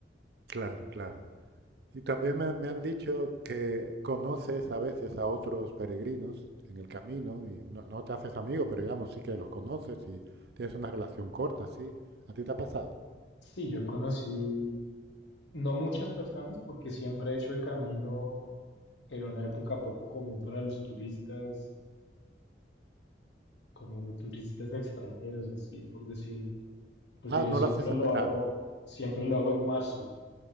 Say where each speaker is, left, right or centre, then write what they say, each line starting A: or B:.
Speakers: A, on the right (about 65°); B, on the left (about 85°).
A: Claro, claro. Y también me, me han dicho que conoces a veces a otros peregrinos en el camino y no, no te haces amigo, pero digamos sí que los conoces y tienes una relación corta, sí. ¿A ti te ha pasado?
B: Sí, yo conocí no muchas personas porque siempre he hecho el camino en una época poco común para los turistas, como turistas extranjeros, así por decirlo, porque
A: Ah,
B: yo
A: no
B: siempre
A: lo haces en
B: lo
A: verano.
B: hago, siempre lo hago en marzo.